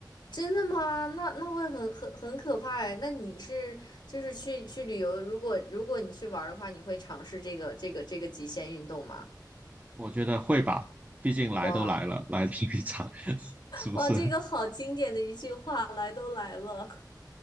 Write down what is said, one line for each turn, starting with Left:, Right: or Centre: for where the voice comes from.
Left: 真的吗？那那会很很很可怕哎。那你是就是去去旅游，如果如果你去玩儿的话，你会尝试这个这个这个极限运动吗？
Right: 我觉得会吧，毕竟来都来了，
Left: 哇
Right: 来这一场，<laughs> 是不是？
Left: 哇，这个好经典的一句话，来都来了。